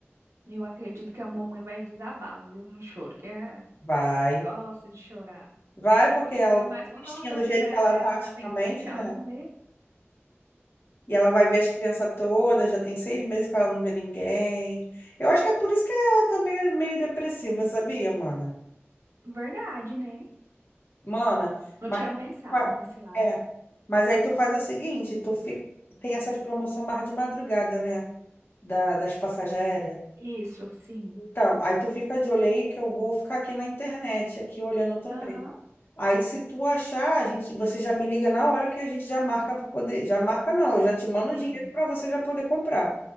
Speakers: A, on the right; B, on the left.
A: eu acredito que a mamãe vai desabar, viu, no choro, que é,
B: Vai.
A: gosta de chorar.
B: Vai, porque ela,
A: Ainda mais quando
B: tristinha
A: ela vê
B: do
A: os
B: jeito
A: netos
B: que ela
A: dela,
B: tá ultimamente,
A: já tem tempo que ela
B: né?
A: não vê.
B: E ela vai ver as crianças todas, já tem seis meses que ela não vê ninguém. Eu acho que é por isso que ela tá meio, meio depressiva, sabia, mana?
A: Verdade, né?
B: Mana,
A: Não
B: mas,
A: tinha pensado
B: fa-
A: nesse lado.
B: é, mas aí tu faz o seguinte, tu fica, tem essas promoções mais de madrugada, né? Da, das passagens aéreas.
A: Isso, sim.
B: Tá, aí tu fica de olho aí que eu vou ficar aqui na internet, aqui olhando também.
A: Aham,
B: Aí se tu achar, a gente, você já me liga na hora que a gente já marca para poder, já marca não, eu já te mando o
A: sim.
B: dinheiro para você já poder comprar.